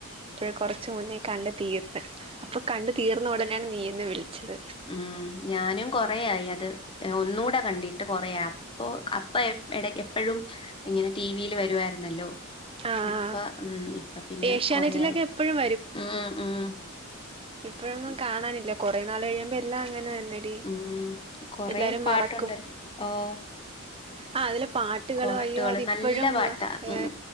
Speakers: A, on the right (about 25°); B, on the left (about 25°).
A: ഇപ്പോഴ കുറച്ചു മുന്നേ കണ്ട് തീർത്ത് അപ്പൊ കണ്ട് തീർന്ന ഉടനെയാണ് നീ എന്നെ വിളിച്ചത്.
B: ഉം ഞാനും കൊറയായി അത് ഒന്നുകൂടെ കണ്ടിട്ട് കൊറയാ അപ്പൊ അപ്പൊ എ എടക്ക് എപ്പോഴും ഇങ്ങനെ ടിവിൽ വരുവായിരുന്നല്ലോ?
A: ആഹ്
B: ഇപ്പ ഉം ഇപ്പ പിന്നെ
A: ഏഷ്യാനെറ്റിലൊക്കെ
B: കൊറയായി
A: എപ്പഴും
B: ഉം ഉം
A: ഇപ്പോഴൊന്നും
B: ഇ-
A: കാണാലില്ല കുറേ നാൾ കഴിയുമ്പോ എല്ലാം അങ്ങനെ തന്നെ. ടി
B: ഉം കൊറേ
A: എല്ലാരും
B: പാട്ടുണ്ടല്ലോ.
A: മറക്കും
B: ഓഹ്
A: ആ അതിലെ പാട്ട് പാട്ടുകൾ
B: കൊറോട്ടുകള്
A: അയ്യോ അതിപ്പോഴും
B: നല്ല പാട്ടാ.
A: ആഹ്
B: ഉം